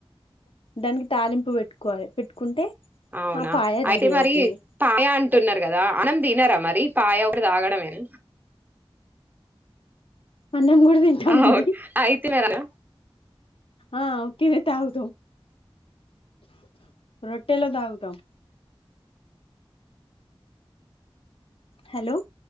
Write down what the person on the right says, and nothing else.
అవునా
అయితే
మరి
పాయ అంటున్నారు కదా అన్నం తినారా మరి పాయ అప్పుడు తాగడమేన
అవును అయితే మరి